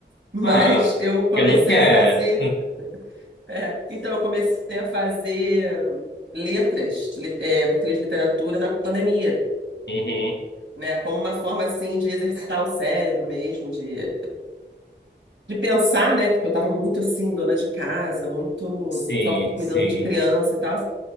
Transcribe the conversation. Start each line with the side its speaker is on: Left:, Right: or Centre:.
Right: Mas
Left: Ah,
Right: eu comecei
Left: porque não quer.
Right: a fazer. é, então, eu comecei a fazer letras, li- é, português de literatura na pandemia,
Left: Uhum.
Right: né? Como uma forma, assim, de exercitar o cérebro mesmo, de, de pensar, né? Porque eu estava muito, assim, dona de casa, muito
Left: Sim,
Right: só cuidando
Left: sim,
Right: de criança e tal.